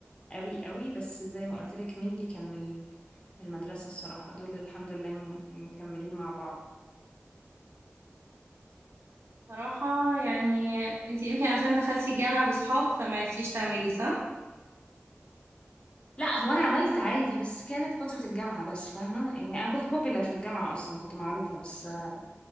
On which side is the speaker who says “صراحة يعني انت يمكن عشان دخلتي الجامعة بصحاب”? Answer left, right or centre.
Right